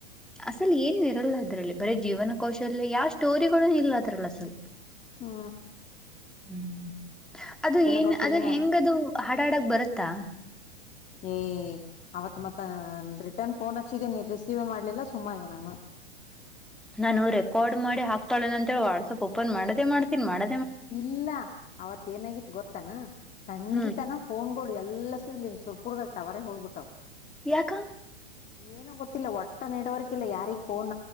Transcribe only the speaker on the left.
ಹ್ಮ.
ಕೌಶಲ್ಯನೇ
ಅದ
ಏಯ್ ಅವತ್ ಮತ್ತ ರಿಟರ್ನ್ ಫೋನ್ ಹಚ್ಚಿದೀ ನೀ ರಿಸೀವ್ ಮಾಡ್ಲಿಲ್ಲ ಸುಮ್ಮ ಆದೆ ನಾನು.
ಇಲ್ಲ ಅವತ್ ಏನಾಗಿತ್ತು ಗೊತ್ತನ ಸಂಜಿತನ
ಫೋನ್ಗಳು ಎಲ್ಲಸು ಇಲ್ಲಿ ಸುರ್ಪುರ್ದಾಗ ಟವರ್ ರೇ ಹೋಗ್ಬುಟ್ಟಾವ್.
ಏನೋ ಗೊತ್ತಿಲ್ಲ ಒಟ್ಟ ನೆಟವರ್ಕಿಲ್ಲ ಯಾರಿಗ್ ಫೋನ್